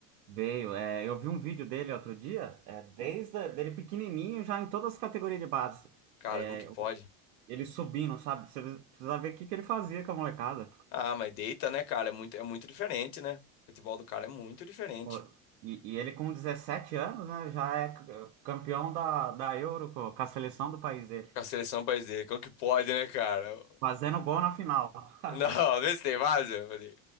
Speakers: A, on the right (about 80°); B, on the left (about 65°).
A: veio. é, eu vi um vídeo dele outro dia, é, desde a- dele pequenininho, já em todas as categorias de base.
B: Cara,
A: É,
B: como que pode?
A: ele subindo, sabe? Você precisa ver o que que ele fazia com a molecada.
B: Ah, mas deita, né, cara? É muito, é muito diferente, né? O futebol do cara é muito diferente.
A: Pô, E, e ele com 17 anos, né, já é c- é, campeão da, da Euro pô, com a seleção do país dele,
B: Com a seleção do país dele, como que pode, né, cara?
A: fazendo gol na final.
B: Não,
A: <laughs>
B: <laughs> vê se tem base. Eu falei,